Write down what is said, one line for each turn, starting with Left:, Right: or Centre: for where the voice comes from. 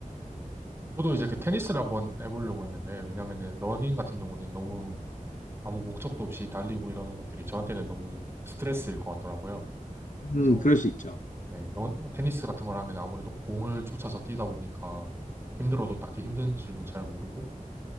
Right: 저도 이제 그 테니스를 한번 해보려고 했는데, 왜냐면은 러닝 같은 경우는 너무 아무 목적도 없이 달리고 이러는 것들이 저한테는 너무 스트레스일 것 같더라고요. 그래서,
Left: 음, 그럴 수 있죠.
Right: 네, 러- 테니스 같은 걸 하면 아무래도 공을 쫓아서 뛰다 보니까 힘들어도 딱히 힘든 줄도 잘 모르고,